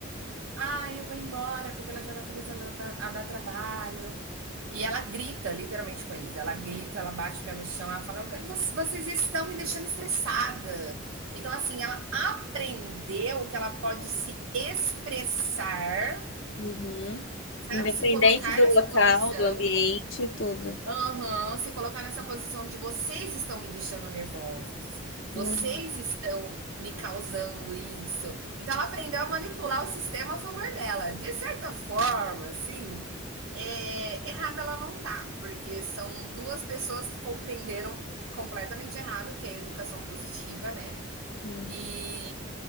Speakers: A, on the right; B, on the left.
A: Ah, eu vou embora porque ela já tá começando a dar, a dar trabalho. E ela grita, literalmente, com eles. Ela grita, ela bate o pé no chão, ela fala: "Eu- "Vocês vocês estão me deixando estressada. Então, assim, ela aprendeu que ela pode se expressar,
B: Uhum.
A: sabe?
B: independente
A: Se colocar
B: do
A: nessa
B: local,
A: posição
B: do ambiente, tudo.
A: Aham, se colocar nessa posição de vocês estão me deixando nervosos, vocês
B: Hum,
A: estão me causando isso. Então ela aprendeu a manipular o sistema a favor dela. De certa forma, assim, é, errada ela não tá, porque são duas pessoas que compreenderam completamente errado o que é educação positiva, né?
B: Sim.
A: E